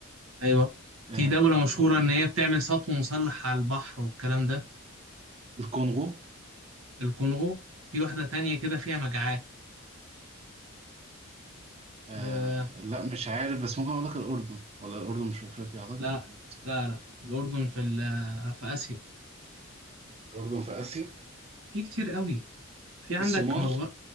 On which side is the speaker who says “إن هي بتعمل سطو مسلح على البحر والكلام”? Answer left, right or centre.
Right